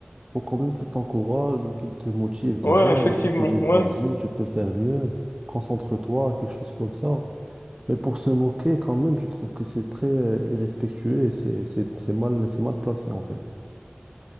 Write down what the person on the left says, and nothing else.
Ouais, effectivement,
ouais.